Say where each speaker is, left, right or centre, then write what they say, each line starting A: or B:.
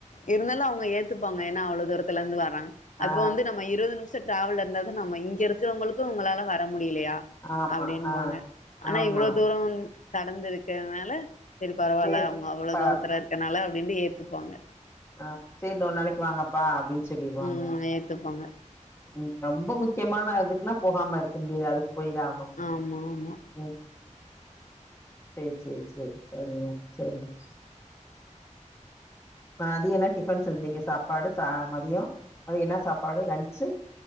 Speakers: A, on the left; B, on the left.
A: இருந்தாலு அவுங்க ஏத்துப்பாங்க ஏனா அவ்ளோ தூரத்துல இருந்து வர்றாங்க அப்ப
B: ஆ
A: வந்து நம்ம இருவது நிமிஷ டிராவல் இருந்தது நம்ம இங்க இருக்கிறவங்களுக்கு உங்களால வர முடியிலையா
B: ஆமா
A: அப்படின்வாங்க
B: ஆ
A: ஆனா
B: ஆமா
A: இவ்ளோ தூரோ வந் கடந்து இருக்குறதுனால சரி பரவாயில்ல
B: சேரி
A: அவுங்க அவ்ளோ
B: பா
A: தூரத்ல இருக்கதுனால அப்டின்ட்டு ஏத்துப்பாங்க
B: ஆ சேரி இன்னொரு நாளைக்கு வாங்கப்பா அப்டின் சொல்லிருவாங்க
A: ம் ஏத்துப்பாங்க
B: ம் ரொம்ப முக்யமான அதுக்குன்னா போகாம இருக்க முடியாது அதுக்கு போய் தா ஆகனு
A: ஆமா ஆமா
B: ம் சேரி சேரி சேரி சரிங்க சரிங்க மதிய என்ன டிபன் செஞ்சீங்க சாப்பாடு ச மதியோ மதியோ என்ன சாப்பாடு லன்ச்சு